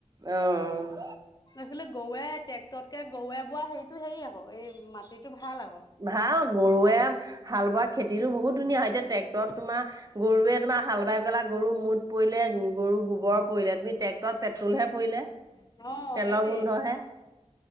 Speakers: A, on the right (about 30°); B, on the left (about 35°).
A: অ',
B: এইফালে গৰুৱে ট্ৰেক্টৰতকে গৰুৱে বোৱা হেইটো হেৰি আকৌ এই মাটিতো ভাল আকৌ
A: ভাল গৰুৱে হাল বোৱা খেত খেতিটো বহুত ধুনীয়া হয়, এতিয়া ট্ৰেক্টৰত তোমাৰ গৰুৱে তোমাৰ হাল বাই পেলা গৰু মুত পৰিলে গৰু গোবৰ পৰিলে, তুমি ট্ৰেক্টৰত পেট্ৰলহে পৰিলে,
B: অ
A: তেলৰ
B: সেইটোৱে
A: গোন্ধহে।